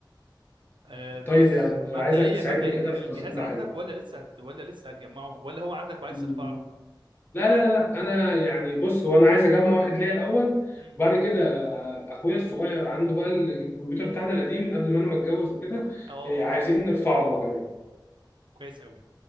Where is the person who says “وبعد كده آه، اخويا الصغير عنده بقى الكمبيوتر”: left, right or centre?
Left